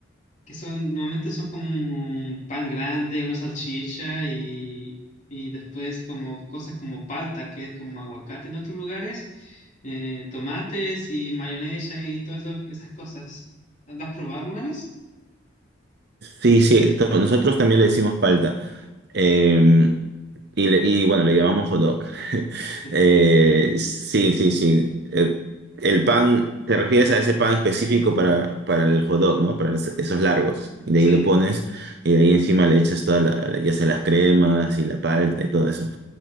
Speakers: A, on the left; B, on the right.
A: que son, normalmente son como un pan grande, una salchicha y, y después como cosas como palta, que es como aguacate en otros lugares, eh, tomates y mayonesa y todas eso- esas cosas. ¿Las has probado alguna vez?
B: Sí, sí, to- nosotros también le decimos palta. Eh, y, le- y bueno, le llamamos hot dog. <laughs>
A: Sí.
B: Eh, sí, sí, sí. Eh, el pan, te refieres a ese pan específico para, para el hot dog, ¿no? Para los- esos largos. Y
A: Sí,
B: de ahí le pones, y de ahí encima le echas toda la, ya sea las cremas y la palta y todo eso